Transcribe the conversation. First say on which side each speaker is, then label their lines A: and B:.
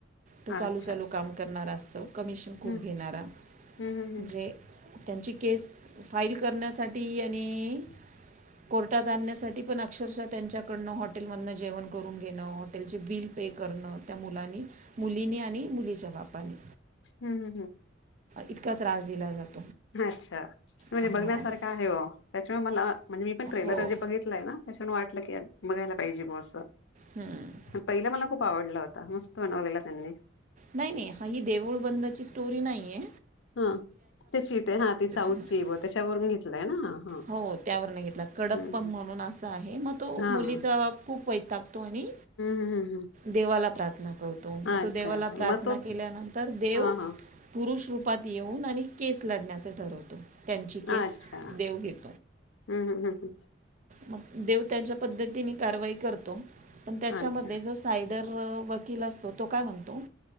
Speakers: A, on the right; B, on the left.
A: तो चालू
B: अच्छा
A: चालू काम करणार अस तर कमिशन खूप
B: हम्म
A: घेणारा.
B: हम्म हम्म हम्म
A: म्हणजे त्यांची केस फाईल करण्यासाठी आणि कोर्टात आणण्यासाठी पण अक्षरशः त्यांच्याकडन हॉटेल मधनं जेवण करून घेणं हॉटेलचे बिल पे करण त्या मुलांनी मुलीनी आणि मुलीच्या बापानी.
B: हम्म हम् हम्म.
A: इतका त्रास दिला जातो.
B: अच्छा म्हणजे
A: हां
B: बघण्यासारखं आहे हो. त्याच्यामुळे मला म्हणजे मी पण ट्रेलर
A: हो
B: जे बघितलंय ना त्याच्यान वाटलं की बघायला पाहिजे ब सं.
A: हम्म.
B: पहिला मला खूप आवडला होता. मस्त बनवलेला त्यांनी.
A: नाही नाही हा ही देऊळ बंदाची स्टोरी नाहीये.
B: हा त्याची ते हा ती साऊथची
A: हां
B: ब त्याच्यावरून घेतलंय ना हा? हा
A: हो त्यावरनं घेतला कडप्प
B: हम्म
A: म्हणून असा आहे मग तो
B: हा
A: मुलीचाब
B: हम्म
A: खूप वै तो आणि
B: हम्म हम्म हम्म
A: देवाला न करतो, मग
B: अच्छा
A: तो देवाला
B: अच्छा
A: प्रार्थना
B: मग तो
A: केल्यानंतर देव
B: हा हा
A: पुरुष रुप् पात येऊन आणि केस लढण्याचं ठरवतो त्यांची केस
B: अच्छा
A: देव घेतो.
B: हम्म हम्म हम्म हम्.
A: मग देव त्यांच्या पद्धतीने कारवाई करतो पण त्याच्यामध्ये
B: अच्छा
A: जो सायडर वकील असतो तो काय म्हणतो?